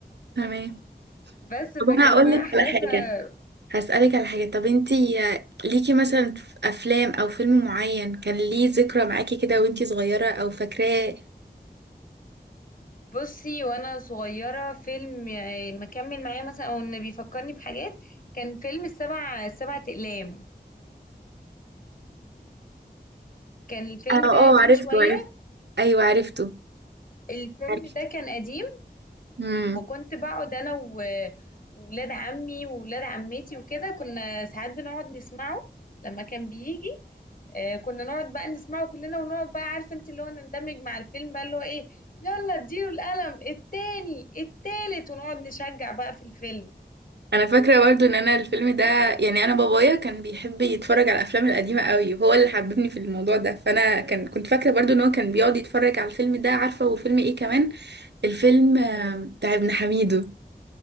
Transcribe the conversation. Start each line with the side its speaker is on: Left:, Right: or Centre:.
Right: تمام
Left: بس فكان
Right: طب انا هقول
Left: بقى
Right: لك
Left: احداثها
Right: على حاجه هسألك على حاجه طب انتي ليكي مثلا في افلام او فيلم معين كان ليه ذكرى معاكي كده وانتي صغيره او فاكراه
Left: بصي وانا صغيرة فيلم آه، مكمل معايا مثلا او ان بيفكرني بحاجات كان فيلم السبع سبعة اقلام كان الفيلم
Right: اه آه،
Left: ده قديم
Right: عرفته
Left: شوية
Right: عرفته ايوه عرفته
Left: الفيلم
Right: عرفته
Left: ده كان قديم
Right: امم
Left: وكنت بقعد انا و- وولاد عمي وولاد عمتي وكده كنا ساعات بنقعد نسمعه لما كان بيجي آه، كنا نقعد بقى نسمعه كلنا ونقعد بقى عارفه انت اللي هو نندمج مع الفيلم بقى اللي هو ايه يلا اديله القلم التاني التالت ونقعد نشجع بقى في الفيلم
Right: انا فاكره برضو ان انا الفيلم ده يعني انا بابايا كان بيحب يتفرج على الافلام القديمه قوي وهو اللي حببني في الموضوع ده فانا كان كنت فاكره برضو ان هو كان بيقعد يتفرج على الفيلم ده عارفه وفيلم ايه كمان الفيلم آه، بتاع ابن حميدو